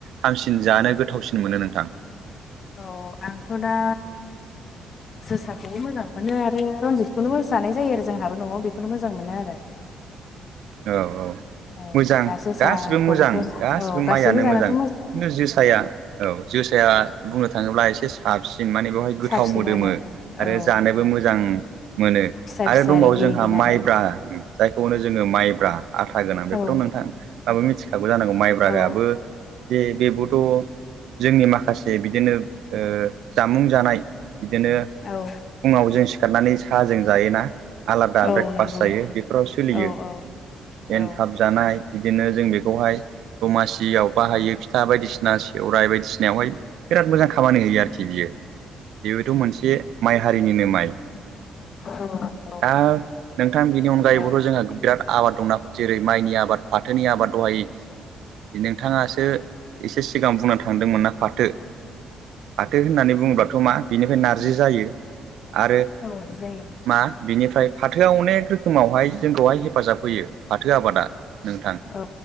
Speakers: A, on the right; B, on the left.
A: हामसिन जानो गोथावसिन मोनो नोंथां?
B: औ आंथ' दा जोसाखौबो मोजां मोनो आरो रनजितखौनो जानाय जायो आरो जोंहाबो न'आव बेखौनो मोजां मोनो आरो।
A: औ औ।
B: औ
A: मोजां
B: दा जोसाखौबोथ'
A: गासिबो मोजां गासिबो
B: औ गासैबो
A: माइआनो
B: जानोथ'
A: मोजां खिन्थु जोसाया औ जोसाया बुंनो थाङोब्ला एसे साबसिन माने बेवहाय गोथाव
B: साबसिन
A: मोदोमो।
B: आरो
A: आरो
B: औ
A: जानोबो मोजां मोनो
B: फिसा
A: आरो
B: फिसा
A: दंबावो
B: रिगि
A: जोंहा
B: रिगि नालाय
A: माइब्रा। जायखौ होनो जोङो माइब्रा। आथा गोनां बेखौथ'
B: औ
A: नोंथांङाबो मिथिखागौ जानांगौ माइब्रायाबो
B: औ
A: जे बेबोथ' जोंनि माखासे बिद दिनो ओ जामुं जानाय बिदिनो
B: औ
A: फुङाव जों सिखारनानै साहाजों जायोना आलादा
B: औ
A: ब्रेकफास्ट
B: नंगौ
A: जायो बेफोराव सोलियो।
B: औ औ औ
A: एनथाब जानाय बिदिनो जों बेखौहाय दमासियाव बाहायो फिथा बायदिसिना सेवराय बायदिसिनायावहाय बिराद मोजां खामानि होयो आरोखि बियो बेबोथ' मोनसे माइ हारिनिनो माइ।
B: <inaudible>
A: आ नोंथां बिनि अनगायैबोथ
B: औ
A: जोंङो बिराद आबाद दंना जेरै माइनि आबाद फाथोनि आबाद दहाय नोंथाङासो एसे सिगां बुंना थांदोंमोनना फाथो फाथो होननानै बुङोब्लाथ' मा बिनिफ्राय नारजि जायो। आरो
B: औ जायो।
A: मा बिनिफ्राय फाथोआ अनेक रोखोमावहाय जोंखौहाय हेफाजाब होयो फाथो आबादा नोंथां।
B: औ